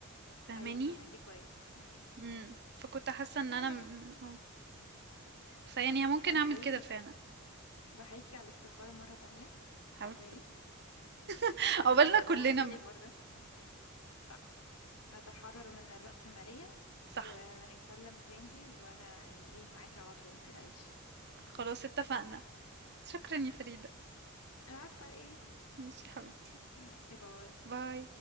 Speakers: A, on the right; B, on the left.
A: فاهماني؟
B: ايوه فهماكي كويس مم.
A: إمم، فكنت حاسة إن
B: يعني
A: أنا م
B: آه،
A: آه، فيعني ممكن
B: بحييكي
A: أعمل كده فعلًا،
B: بحييكي على الاستقالة مرة تانية
A: حاولت
B: عقبالي
A: <laughs>
B: أه
A: عقبالنا كلنا
B: وهجيلك
A: م
B: برضه صح نتحرر من الرأسمالية
A: صح،
B: وهنتكلم تاني وانا يعني ايه معاكي على طول متقلقيش
A: خلاص اتفقنا، شكرًا يا فريدة،
B: العفو على ايه
A: ماشي يا حبيبتي،
B: يا باي
A: باي.